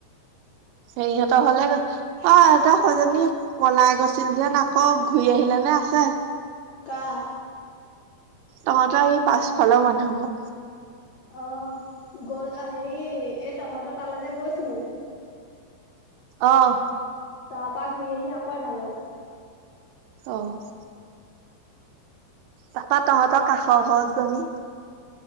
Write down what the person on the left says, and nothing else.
কা
অ, গ' ল অ, হেৰি এই তহঁতৰ তালৈ যে গৈছিলে যে?
তাৰপা ঘূৰি আহি আকৌ আনালেগৈ।